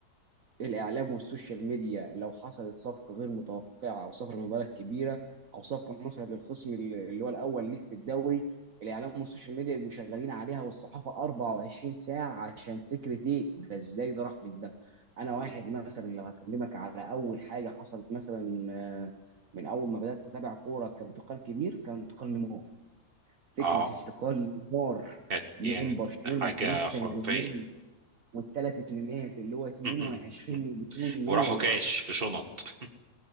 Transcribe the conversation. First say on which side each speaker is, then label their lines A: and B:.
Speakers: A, on the right; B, on the right.
A: الاعلام والسوشيال ميديا لو حصلت صفقه غير متوقعه او صفقه بمبالغ كبيره او صفقه مثلا للخصم اللي اللي هو الاول ليك في الدوري الاعلام والسوشيال ميديا يبقوا شغالين عليها والصحافه 24 ساعه عشان فكره ايه ده ازاي ده راح من ده انا
B: بالظبط
A: واحد مثلا لو هكلمك على اول حاجه حصلت مثلا آه، من اول ما بدات اتابع كوره كانتقال كبير كان انتقال نيمار فكره
B: اه
A: انتقال نيمار
B: كانت
A: من
B: يعني
A: برشلونه
B: حاجة
A: لباريس
B: خرافية
A: سان جيرمان والثلاث اتنينات اللي هو 22
B: <laughs>
A: مليون يورو
B: وراحوا كاش في شنط <laughs>